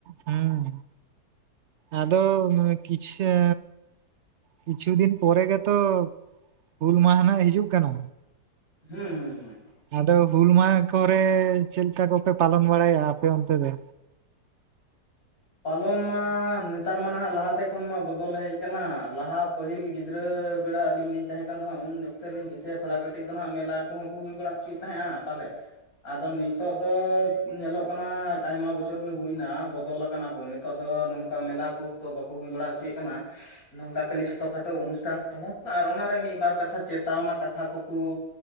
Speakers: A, on the right; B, on the left.
A: ᱦᱮᱸ, ᱟᱫᱚ ᱱᱩᱭ ᱠᱤᱪᱷᱟ ᱠᱤᱪᱷᱩ ᱫᱤᱱ ᱯᱚᱨᱮ ᱜᱮᱛᱚ, ᱦᱩᱞ ᱢᱟᱦᱟᱱᱟᱜ ᱦᱤᱡᱩᱜ ᱠᱟᱱᱟ᱾
B: ᱦᱩᱸ, ᱦᱩᱸ, ᱦᱩᱸ ᱾
A: ᱟᱫᱚ ᱦᱩᱞ ᱢᱟᱦᱟ ᱠᱚᱨᱮ ᱪᱮᱫᱠᱟ ᱠᱚᱯᱮ, ᱯᱟᱞᱚᱱ ᱵᱟᱲᱟᱭᱟ ᱟᱯᱮ ᱚᱱᱛᱮ ᱫᱚ᱾
B: ᱯᱟᱞᱚᱱ ᱢᱟ ᱱᱮᱛᱟᱨ ᱢᱟ ᱱᱟᱦᱟᱜ ᱞᱟᱦᱟᱛᱮ ᱠᱷᱚᱱ ᱢᱟ ᱵᱚᱫᱚᱞ ᱦᱮᱡ ᱟᱠᱟᱱᱟ, ᱞᱟᱦᱟ ᱯᱟᱹᱦᱤᱞ ᱜᱤᱫᱽᱨᱟᱹ ᱜᱤᱫᱽᱨᱟᱹ ᱵᱮᱲᱟ ᱟᱹᱞᱤᱧ ᱞᱤᱧ ᱛᱟᱦᱮᱸᱠ ᱫᱚ ᱦᱟᱸᱜ, ᱩᱱ ᱚᱠᱛᱚᱞᱤᱧ ᱫᱤᱥᱟᱹᱭᱟ ᱛᱷᱚᱲᱟ ᱠᱟᱹᱴᱤᱡ ᱫᱚ ᱱᱟᱦᱟᱜ ᱢᱮᱞᱟ ᱠᱚᱦᱚᱸ ᱠᱚ ᱦᱩᱭ ᱵᱟᱲᱟ ᱚᱪᱚᱭᱮᱫ ᱛᱟᱦᱮᱸᱫᱼᱟ ᱾ ᱯᱟᱞᱮ ᱟᱫᱚ ᱱᱤᱛᱚᱜ ᱫᱚ ᱧᱮᱞᱚᱜ ᱠᱟᱱᱟ, ᱟᱭᱢᱟ ᱵᱚᱪᱷᱚᱨ ᱜᱮ ᱦᱩᱭᱱᱟ ᱵᱚᱫᱚᱞ ᱟᱠᱟᱱᱟ ᱾ ᱠᱟᱱᱟ ᱠᱚ᱾ ᱱᱤᱛᱚᱜ ᱫᱚ ᱱᱚᱝᱠᱟ ᱢᱮᱞᱟ ᱠᱚ ᱥᱚᱵ ᱵᱟᱠᱚ ᱦᱩᱭ ᱵᱟᱲᱟ ᱦᱚᱪᱚᱭᱮᱫ ᱠᱟᱱᱟ᱾ ᱱᱚᱝᱠᱟ ᱠᱷᱟᱹᱞᱤ ᱪᱷᱳᱴᱚ ᱠᱷᱟᱴᱳ ᱚᱱᱩᱥᱴᱷᱟᱱ ᱥᱩᱢᱩᱝ, ᱟᱨ ᱚᱱᱟᱨᱮ ᱢᱤᱫ ᱵᱟᱨ ᱠᱟᱛᱷᱟ ᱪᱮᱛᱟᱣᱱᱟ ᱠᱟᱛᱷᱟ ᱠᱚᱠᱚ